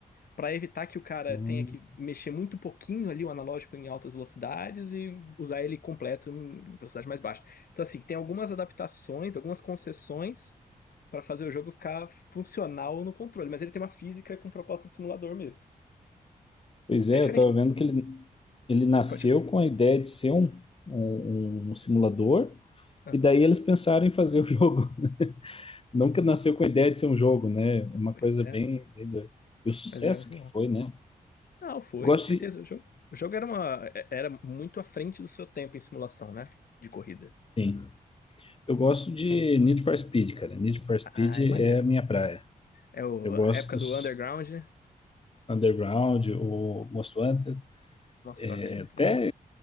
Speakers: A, on the left; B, on the left.
A: Pra evitar que o cara
B: Aham.
A: tenha que mexer muito pouquinho ali o analógico em altas velocidades e usar ele completo em velocidade mais baixa. Então, assim, tem algumas adaptações, algumas concessões pra fazer o jogo ficar funcional no controle, mas ele tem uma física com proposta de simulador mesmo.
B: Pois
A: É
B: é,
A: diferente.
B: eu estava vendo que ele, ele nasceu
A: Pode falar.
B: com a ideia de ser um, um, um simulador,
A: Aham.
B: e daí eles pensaram em fazer o <laughs> jogo. Nunca nasceu com a ideia de ser um jogo, né? É Uma
A: Pois
B: coisa
A: é,
B: bem, bem doida. E o sucesso
A: mas é muito
B: que
A: bom.
B: foi, né?
A: Não, foi,
B: Eu gosto
A: com certeza.
B: de,
A: O jogo, o jogo era uma, é- era muito à frente do seu tempo em simulação, né? De corrida.
B: sim, eu gosto de Need for Speed, cara. Need for Speed
A: Ah,
B: é
A: é maneiro.
B: a minha praia.
A: É o,
B: Eu
A: a
B: gosto
A: época
B: dos
A: do Underground, né?
B: Underground, o Most Wanted.
A: Nossa, o Underground
B: É,
A: é muito
B: Até,
A: bom.